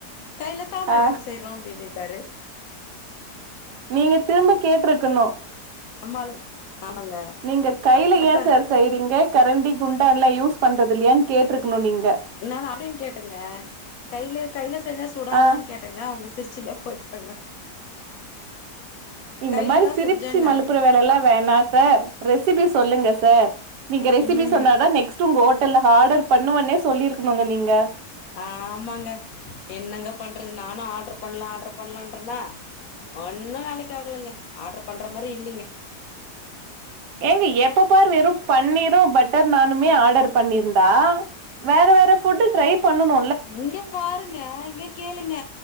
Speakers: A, on the left; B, on the right.
A: கைலதா
B: ஆ
A: மேடம் சேய் றோ அப்டினிடாரு
B: நீங்க திரும்ப கேட்ருக்கணு
A: நம்மாளு ஆமாங்க
B: நீங்க கைல
A: வக்காரு
B: ஏ சார் செய்றீங்க கரண்டி குண்டான்ல்லா யூஸ் பண்றது இல்லையான்னு கேட்ருக்கணு நீங்க
A: நாங்க அப்டியு கேட்டெங்க கைல கைல செஞ்சா சுடாதான்
B: ஆ
A: கேட் டெங்க அவுங்க சிரிச்சின்னே போயிட்டாங்க
B: இந்த
A: கையில
B: மாரி
A: தா
B: சிரிப்ச்சி
A: செஞ்சேன்னாங்க
B: மலுப்புற வேல எல்லா வேணா சார் ரெசிபி சொல்லுங்க சார் நீங்க ரெசிபி
A: ம்
B: சொன்னதா நெக்ஸ்ட் உங்க ஹோட்டல்ல ஆர்டர் பண்ணுவன்னே சொல்லிருக்குணுங்க நீங்க
A: ஆமாங்க என்னங்க பண்றது நானு ஆட்ரு பண்ணலா ஆட்ரு பண்ணலான்றென்னா ஒன்னு வேலக்கி ஆகலங்க ஆட்ரு பண்ற மாரி இல்லெங்க
B: ஏங்க எப்ப பாரு வெறு பன்னீரு பட்டர் நானுமே ஆர்டர் பண்ணிருந்தா வேற வேற ஃபுட்டு ட்ரை பண்ணணு
A: இங்கெ பாருங்க இங்கெ கேளுங்க